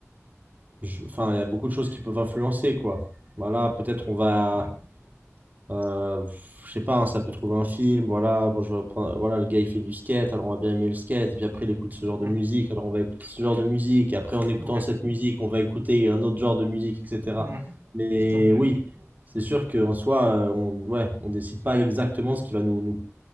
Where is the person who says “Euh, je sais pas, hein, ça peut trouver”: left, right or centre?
Right